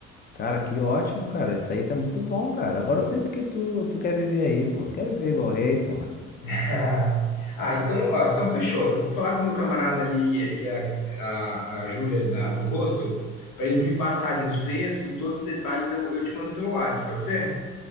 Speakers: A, on the left (about 25°); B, on the left (about 55°).
A: Cara, que ótimo, cara. Isso aí tá muito bom, cara. Agora eu sei porque tu, tu quer viver aí, pô. Quer viver igual rei, pô.
B: <laughs> Ah, então, ó, então fechou. Eu vou falar com o meu camarada ali e a, a, a Júlia da- do hostel, para eles me passarem os preços e todos os detalhes eu, eu te mando pelo WhatsApp, pode ser?